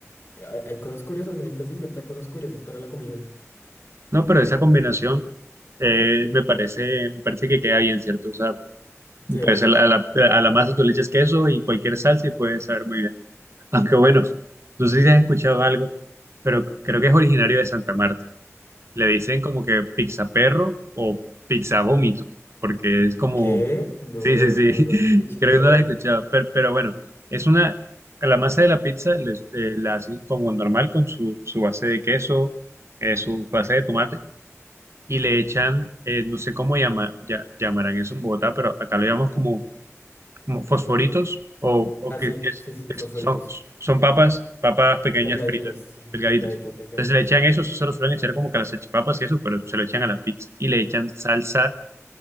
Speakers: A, on the left (about 45°); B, on the right (about 60°).
A: Hay, hay cosas curiosas, la gente se inventa cosas curiosas para la comida.
B: no, pero esa combinación eh, me parece, me parece que queda bien, ¿cierto? O sea,
A: Sí,
B: pues
A: rico.
B: a la, a la, a la masa tú le echas queso y cualquier salsa y puede saber muy bien. <laughs> Aunque bueno, no sé si has escuchado algo, pero creo que es originario de Santa Marta. Le dicen como que pizza perro o pizza vómito, porque es como,
A: ¿Qué? No,
B: sí, sí,
A: no, jamás
B: sí,
A: lo había escuchado.
B: <laughs> creo que no la he escuchado, pero, pero bueno, es una, a la masa de la pizza les- eh, la hacen como normal con su, su base de queso, eh, su base de tomate, y le echan, eh, no sé cómo llama, ya, llamarán eso en Bogotá, pero acá lo llamamos como como fosforitos o, o
A: Ah,
B: que,
A: sí,
B: que es-
A: sí, sí, sí,
B: que
A: fosforitos.
B: son, son papas, papas pequeñas
A: Delgaditas,
B: fritas,
A: sí,
B: delgaditas.
A: delgaditas, delgaditas.
B: Entonces le echan eso, eso se lo suelen echar como que a las salchipapas y eso, pero se lo echan a la pizza y le echan salsa